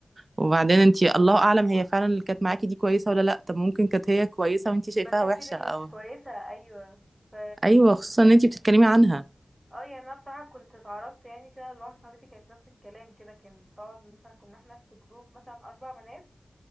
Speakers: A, on the right (about 45°); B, on the right (about 25°).
A: وبعدين انت الله اعلم هي فعلا اللي كانت معاكي دي كويسة ولا لا طب ممكن كانت هي كويسة وانت شايفاها
B: بس انت
A: وحشة
B: اللي
A: او
B: مش كويسة ايوه ف
A: ايوه خصوصا ان انت بتتكلمي عنها
B: اه يعني انا بصراحة كنت اتعرضت يعني كده لواحدة صاحبتي كانت نفس الكلام كده كانت بتقعد مثلا كنا احنا في جروب مثلا اربع بنات